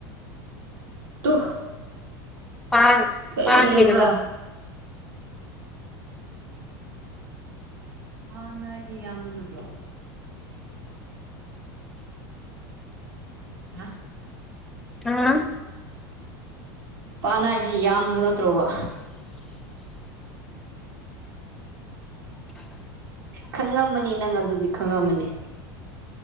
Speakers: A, on the right (about 85°); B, in the centre.
A: ꯇꯨ
B: ꯄꯥꯟ
A: ꯀꯔꯤ
B: ꯄꯥꯟꯒꯤꯗꯨ
A: ꯍꯥꯏꯕ
B: ꯔꯣ
A: ꯄꯥꯟ ꯍꯥꯢꯖꯦ ꯌꯥꯝꯗꯨ ꯅꯠꯇ꯭ꯔꯣ ꯍꯥ
B: ꯑꯥ
A: ꯄꯥꯟ ꯍꯥꯏꯁꯦ ꯌꯥꯝꯗꯨ ꯅꯠꯇ꯭ꯔꯣꯕ ꯈꯪꯉꯝꯃꯅꯤ ꯅꯪ ꯑꯗꯨꯗꯤ ꯈꯪꯉꯝꯃꯅꯤ